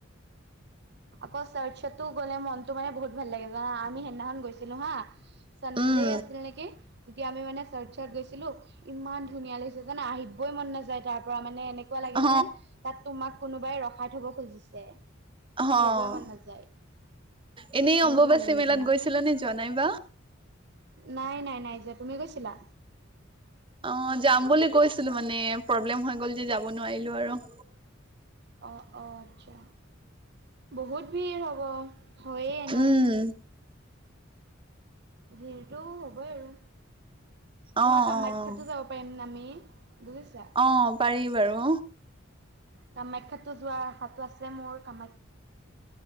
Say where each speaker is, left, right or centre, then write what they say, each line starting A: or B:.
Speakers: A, on the right; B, on the right.
A: আকৌ ছাৰ্চ টো গ'লে মনতটো মানে বহুত ভাল লাগে জানা। আমি সেইদিনাখন গৈছিলো হা। চানডে
B: উম
A: আছিল নেকি, তেতিয়া আমি মানে। চাৰ্চত গৈছিলো, ইমান ধুনীয়া লাগিছে জানা আহিবই মন নাযায়। তাৰ পৰা, মানে এনেকুৱা লাগে
B: অ
A: যেন। তাত তোমাক কোনোবাই ৰখাই থব খুজিছে।
B: অ'
A: আহিবই মন নাযায়।
B: এনেই
A: বহুত
B: অম্বুবাচী
A: ভাল লাগে
B: মেলাত
A: জানা,
B: গৈছিল নে যোৱা নাইবা?
A: নাই নাই নাই যোৱা তুমি গৈছিলা?
B: অ' যাম বুলি গৈছিলো মানে প্ৰব্লেম হৈ গ'ল যে যাব নোৱাৰিলো আৰু।
A: অ' অ' আচ্ছা, বহুত ভিৰ হব। হয় এ নৌ।
B: উম
A: ভৰিতটো হ'বই আৰু, তোমাৰ
B: অ
A: কামাখ্যাতো
B: অ
A: যাব পাৰিম আমি। বুজিছা?
B: অ' পাৰি বাৰু।
A: কামাখ্যাতো যোৱা আশাটো আছে মোৰ কাম